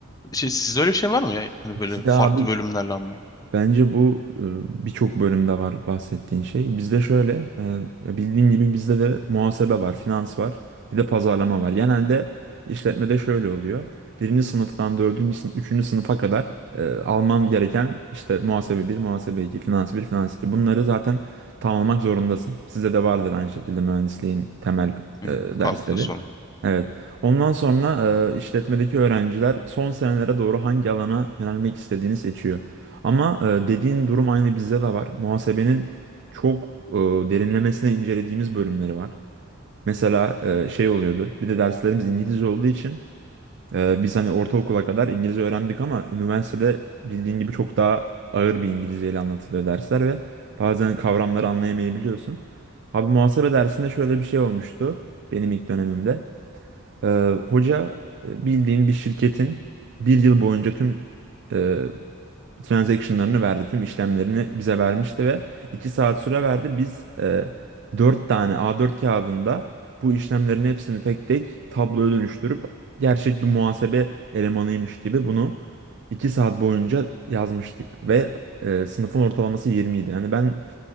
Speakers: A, on the left; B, on the right.
A: Şey, sizde öyle bir şey var mı ya? Hani
B: Bizde
A: böyle farklı
B: abi
A: bölümlerle ama
B: Bence bu e, birçok bölümde var bahsettiğin şey. Bizde şöyle, e, ya bildiğin gibi bizde de muhasebe var, finans var, bir de pazarlama var. Genelde işletmede şöyle oluyor. Birinci sınıftan dördüncü sınıf, üçüncü sınıfa kadar e, alman gereken işte muhasebe bir, muhasebe iki, finans bir, finans iki. Bunları zaten tamamlamak zorundasın. Size de vardır aynı şekilde mühendisliğin temel
A: yani
B: e,
A: kalkıtı
B: dersleri.
A: olan.
B: Evet. Ondan sonra e, işletmedeki öğrenciler son senelere doğru hangi alana yönelmek istediğini seçiyor. Ama e, dediğin durum aynı bizde de var. Muhasebenin çok e, derinlemesine incelediğimiz bölümleri var. Mesela e, şey oluyordu. Bir de derslerimiz İngilizce olduğu için e, biz hani ortaokula kadar İngilizce öğrendik ama üniversitede bildiğin gibi çok daha ağır bir İngilizceyle anlatılıyor dersler ve bazen kavramları anlayamayabiliyorsun. Abi muhasebe dersinde şöyle bir şey olmuştu benim ilk dönemimde. E, hoca e, bildiğin bir şirketin bir yıl boyunca tüm e, transaction'larını verdi. Tüm işlemlerini bize vermişti ve 2 saat süre verdi. Biz e, 4 tane A4 kağıdında bu işlemlerin hepsini tek tek tabloya dönüştürüp gerçek bir muhasebe elemanıymış gibi bunu 2 saat boyunca yazmıştık ve e, sınıfın ortalaması 20 idi. Yani ben